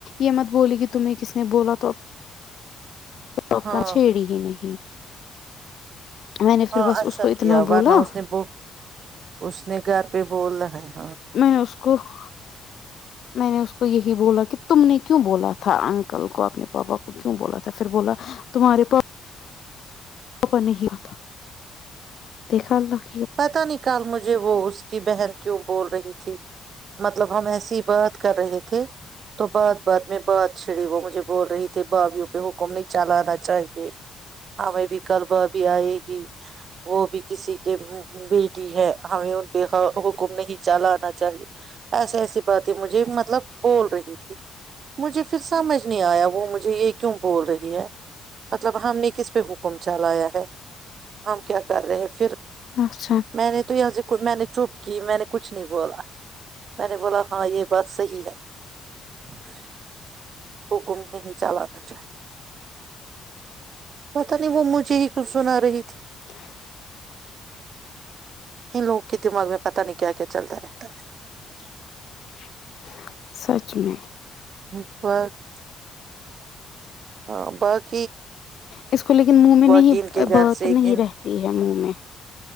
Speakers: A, on the left; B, on the right.
A: یہ مت بولی کہ تمہیں کس نے بولا تو <unintelligible> پکا
B: ہاں
A: چھیڑی ہی نہیں <inaudible> میں نے
B: ہاں
A: پھر بس
B: اچھا
A: اس کو اتنا
B: کیا
A: بولا
B: ورنہ اس نے ب اس نے گھر <unintelligible> پ بول رہ ہیں <unintelligible>
A: نہیں اس <unintelligible> میں نے اس کو یہی بولا کہ تم نے کیوں بولا تھا انکل کو اپنے پاپا کو کیوں بولا تھا پھر بولا تمہارے پ <unintelligible> نہیں تھا دیکھا <unintelligible>
B: پتا نہیں کل مجھے وہ اس کی بہن کیوں <unintelligible> بول رہی تھی مطلب ہم ایسی ہی بات کر رہے تھے تو بات بات میں بات <unintelligible> چھڑی وہ مجھے بول رہی تھی باویوں پہ ہو <unintelligible> کو نہیں چلانا چاہیے ہمیں بھی کبا بھی آئے گی وہ بھی کسی <unintelligible> بیٹی ہے ہمیں ان پہ حکم نہیں چلانا چاہیے ایسسی ایسی باتیں مجھے م <unintelligible> مطلب بول رہی تھی <unintelligible> مجھے پھر سمجھ نہیں آیا وہ مجھے یہ کیوں بول رہی ہے مطلب ہم نے کس پہ حکم چلایا <unintelligible> ہم کیا <unintelligible> کر رہے ہیں پھر <unintelligible>
A: اچھا
B: میں نے تو یہج <unintelligible> میں نے چپ کی میں نے کچھ نہیں بولا میں نے بولا ہاں یہ بات صحیح ہے <unintelligible> <unintelligible> حکم نہیں چلانا چاہیے پتا نہیں وہ مجھے ہی کچھ سنا رہی تھی <unintelligible>
A: <unintelligible>
B: ان لوگوں کے دماغ میں پت نہیں کیا کیا چلتا رہتا ہے <unintelligible>
A: سچا <unintelligible> پچ میں <unintelligible>
B: ا بر <unintelligible> ہاں ب <unintelligible>
A: اس کو لیکن منہ میں نہیں
B: کہ ان کے
A: بت
B: گھر سے ایک
A: نہیں رہتی ہے منہ میں